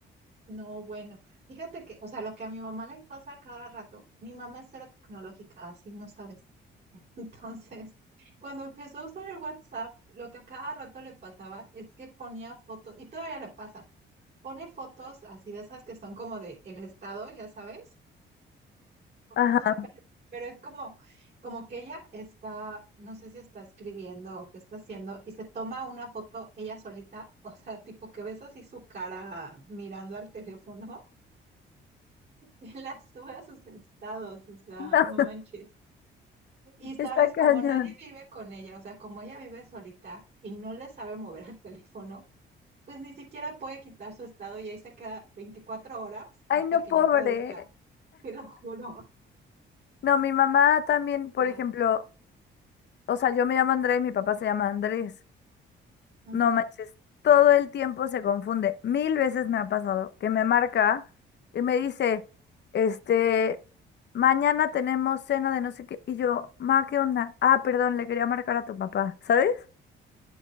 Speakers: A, on the right; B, on the left.
A: No, bueno, fíjate que, o sea, lo que a mi mamá le pasa a cada rato, mi mamá es cero tecnológica, así no sabes. <laughs> Entonces, cuando empezó a usar el WhatsApp, lo que a cada rato le pasaba es que ponía fotos, y todavía le pasa, pone fotos así de esas que son como de el estado, ya sabes <laughs>
B: Ajá,
A: Pero, pero es como, como que ella está, no sé si está escribiendo o qué está haciendo, y se toma una foto ella solita, <laughs> o sea, tipo que ves así su cara mirando al teléfono <laughs> y la sube a sus estados, o
B: <laughs>
A: sea,
B: no,
A: no manches. Y sabes,
B: está cañón.
A: como nadie vive con ella, o sea, como ella vive solita y no le sabe mover al teléfono, pues ni siquiera puede quitar su estado y ahí se queda 24 horas hasta
B: Ay, no,
A: que
B: pobre.
A: ya caduca, te lo juro, o
B: No, mi mamá también, por
A: sea.
B: ejemplo, o sea, yo me llamo Andrea y mi papá se llama Andrés.
A: ujú.
B: No manches, todo el tiempo se confunde. Mil veces me ha pasado que me marca y me dice, este, mañana tenemos cena de no sé qué. Y yo, ma, ¿qué onda? Ah, perdón, le quería marcar a tu papá, ¿sabes?